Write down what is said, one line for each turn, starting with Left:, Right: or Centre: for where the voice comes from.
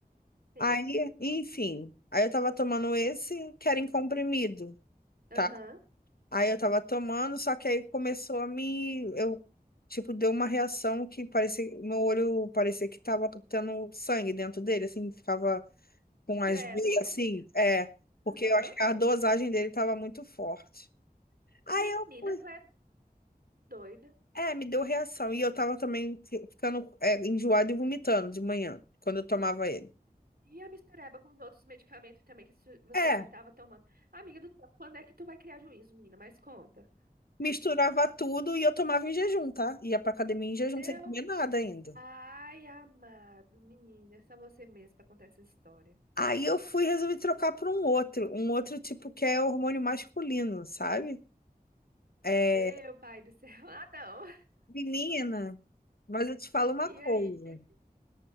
Right: sim.
Left: Aí, enfim. Aí eu tava tomando esse que era em comprimido.
Right: Aham.
Left: Tá. Aí eu tava tomando, só que aí começou a me. Eu, tipo, deu uma reação que parecia. Meu olho parecia que tava tendo sangue dentro dele, assim, ficava com as
Right: Credo,
Left: veias, assim.
Right: amiga.
Left: É, porque
Right: Aham.
Left: eu acho que a dosagem dele tava muito forte. Aí
Right: Menina,
Left: eu fui.
Right: tu é doida.
Left: É, me deu reação. E eu tava também fi- ficando, é, enjoada e vomitando de manhã, quando eu tomava ele.
Right: E a mistureba com os outros medicamentos também que su- você
Left: É,
Right: já estava tomando. Amiga do céu, quando é que tu vai criar juízo, menina? Mas conta.
Left: misturava tudo e eu tomava em jejum, tá? Ia pra academia em jejum
Right: Meu
Left: sem comer nada ainda.
Right: pai amado, menina, é só você mesmo pra contar essa história.
Left: Aí eu fui resolver trocar por um outro, um outro tipo que é hormônio masculino, sabe? É,
Right: Meu pai do céu. <laughs> Ah, não.
Left: menina, mas eu te falo uma
Right: E
Left: coisa.
Right: aí? que-